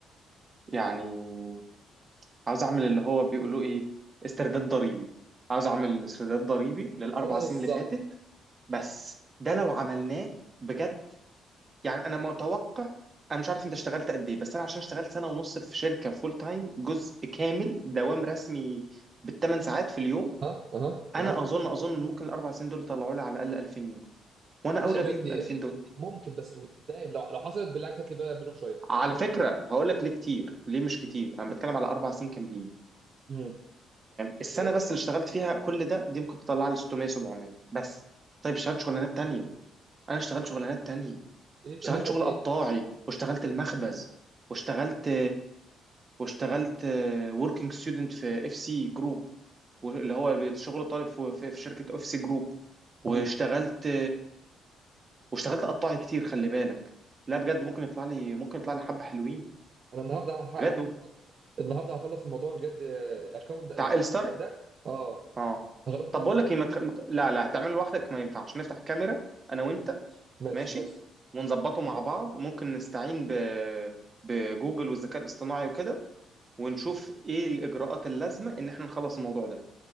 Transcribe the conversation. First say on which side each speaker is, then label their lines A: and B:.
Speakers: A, on the right; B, on the right.
A: يعني عاوز اعمل اللي هو بيقولوا ايه استرداد ضريبي عاوز اعمل استرداد ضريبي للاربع
B: هو ده بالظبط
A: سنين اللي فاتت بس ده لو عملناه بجد يعني انا متوقع انا مش عارف انت اشتغلت قد ايه بس انا عشان اشتغلت سنه ونص في شركه فول تايم جزء كامل دوام رسمي بالثمان ساعات في اليوم
B: ها اها اها
A: انا اظن اظن ان ممكن الاربع سنين دول طلعوا لي على الاقل 2000 يورو وانا
B: انا
A: اولى
B: شايف إنها
A: بيهم
B: كتير
A: ال 2000 دول
B: ممكن بس ودايم لو لو حصلت بالله عليك هات لي بقى منهم شويه
A: على فكره هقول لك ليه كتير ليه مش كتير انا بتكلم على اربع سنين كاملين
B: امم اوكي
A: السنه بس اللي اشتغلت فيها كل ده دي ممكن تطلع لي 600 700 بس طيب اشتغلت شغلانات تانية انا اشتغلت شغلانات تانية
B: ايه
A: اشتغلت
B: مثلا
A: شغل قطاعي واشتغلت المخبز واشتغلت واشتغلت وركينج ستودنت في اف سي جروب اللي هو شغل طالب في في- في شركه اف سي جروب
B: ايه
A: واشتغلت واشتغلت قطاعي كتير خلي بالك لا بجد ممكن يطلع لي ممكن يطلع لي حبه حلوين
B: انا النهارده هح-
A: بجد ممكن.
B: هخلص النهارده هخلص الموضوع بجد آه، الاكونت ده
A: بتاع
B: الحساب
A: الستر
B: ده اه
A: اه
B: هخلصه النهارده
A: طب بقول
B: ليه
A: لك ايه ما تخ... ما ت- لا لا هتعمله لوحدك ما ينفعش نفتح كاميرا انا وانت
B: ماشي ماشي
A: ماشي
B: ماشي
A: ونظبطه مع بعض ممكن نستعين ب... بجوجل والذكاء الاصطناعي وكده ونشوف ايه الاجراءات اللازمه ان احنا نخلص الموضوع ده